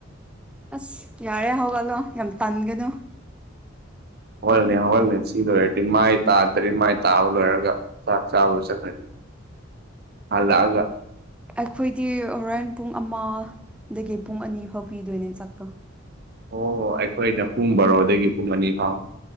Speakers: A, in the centre; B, on the right.
A: ꯑꯁ ꯌꯥꯔꯦ ꯍꯧꯒꯠꯂꯣ ꯌꯥꯝ ꯇꯟꯒꯅꯨ
B: ꯍꯧꯒꯠꯂꯅꯤ ꯍꯧꯒꯠꯂꯅꯤ ꯁꯤ ꯂꯣꯏꯔꯗꯤ ꯃꯥꯏ ꯇꯥꯗ꯭ꯔꯤ ꯃꯥꯏ ꯇꯥꯕ ꯂꯣꯏꯔꯒ ꯆꯥꯛ ꯆꯥꯕ ꯆꯠꯀꯅꯤ ꯍꯜꯂꯛꯑꯒ
A: ꯑꯩꯈꯣꯏꯗꯤ ꯍꯣꯔꯦꯟ ꯄꯨꯡ ꯑꯃꯗꯒꯤ ꯄꯨꯡ ꯑꯅꯤ ꯐꯥꯎ ꯄꯤꯗꯣꯏꯅꯦ ꯆꯥꯛꯇꯣ
B: ꯑꯣ ꯑꯩꯈꯣꯏꯅ ꯄꯨꯡ ꯕꯥꯔꯣꯗꯒꯤ ꯄꯨꯡ ꯑꯅꯤ ꯐꯥꯎ